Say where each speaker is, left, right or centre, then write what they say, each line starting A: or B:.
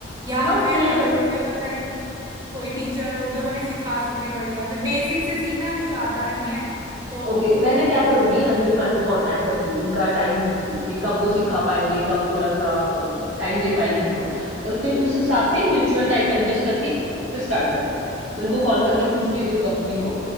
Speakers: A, on the right; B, on the right.
A: या
B: हाँ
A: फिर
B: चलेगा
A: अगर
B: ना
A: तुझे पता है कोई कोई टीचर हो जो हमें सिखा सके बढ़िया से बेसिक से सीखना कुछ आता नहीं है तो
B: ओके मैं ना क्या करूंगी अंजलि मैम को कांटेक्ट करती हूँ उनका टाइम पूछती हूँ कि कब वो सिखा पाएंगे कब थोड़ा सा टाइम दे पाएंगे हमको और फिर उस हिसाब से म्यूचुअल टाइम एडजस्ट करके फिर स्टार्ट करते हैं मैं उनको कॉल करके
A: हाँ
B: पूछ लेती हूँ कब फ्री हो